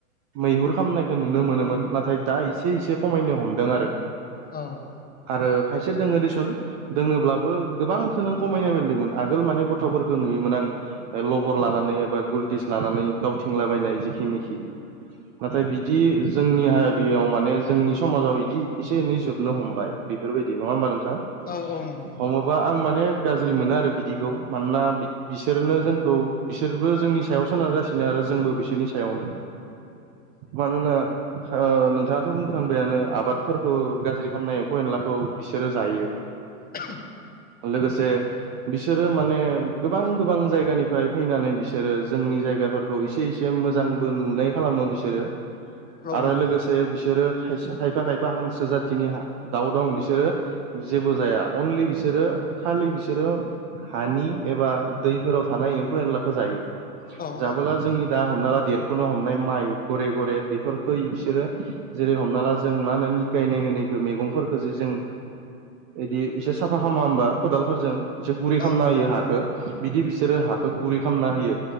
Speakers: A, on the right; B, on the left.
A: मैहुर खामनायखौ नुनो मोनोमोन नाथाय दा इसे इसे खमायनो हमदों आरो।
B: औ
A: आरो खायसे दोङो देसुन दोङोब्लाबो गोबांखौो नों खमायनाय बायदोंमोन आगोल माने गथ'फोरखौ नुयोमोन आं, लबर लानानै एबा गलटिस लानानै गावथिंलाबायनाय जेखि मिखि नाथाय बिदि जोंनि हारियाव माने जोंनि समाजाव बिदि एसे एनै जोबनो हमबाय। बेफोरबायदि नङा होमबा नोंथां?
B: औ औ नंगौ। नंगौ
A: हमोबा आं माने गाज्रि मोनो आरो बिदिखौ मानोना बिसोरनो जोंखौ बिसोरबो जोंनि सायाव सोनारगासिनो आरो जोंबो बिसोरनि सायावनो। मानोना नोंथाङाथ' फोखांबायानो आबादफोरखौ गाज्रि खालामनाय एम्फौ एनलाखौ बिसोरो जायो।
B: <unintelligible>
A: लोगोसे बिसोरो माने गोबां गोबां जायगानिफ्राय फैनानै बिसो बिसोरो जोंनि जायगाफोरखौ इसे इसे मोजांबो नुनाय खालामो बिसोरो
B: औ
A: आरो
B: नोंथां
A: लोगोसे बिसोरो खायफा खायफा हांसो जाथिनि दाउ दं बिसोरो जेबो जाया। अनलि बिसोरो खालि बिसोरो हानि एबा दैफोराव थानाय एम्फौ एनलाखौ जायो
B: औ
A: जाबोला
B: औ
A: जोंनि, दा हमना ला देरफुनो हमनाय माइ गघरे गघरे बेफोरखो बिसोरो जेरै हमना ला जों मा होनो निखायनाय होनो मैगंफोरखोसो जों इ इसोर साफा खालामा होमबा खदालफोरजों एसे गुरै
B: औ
A: खालामना होयो हाखो बिदि बिसोरो हाखौ गुरै खालामना होयो।